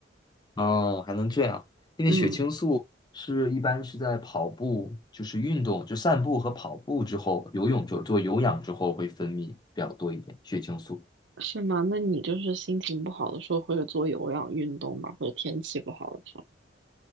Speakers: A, on the left; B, on the right.
A: 哦，还能这样，因为血清素是一般是在跑步，
B: 嗯，
A: 就是运动，就散步和跑步之后，游泳就做有氧之后会分泌比较多一点血清素。
B: 是吗？那你就是心情不好的时候会做有氧运动吗？或者天气不好的时候？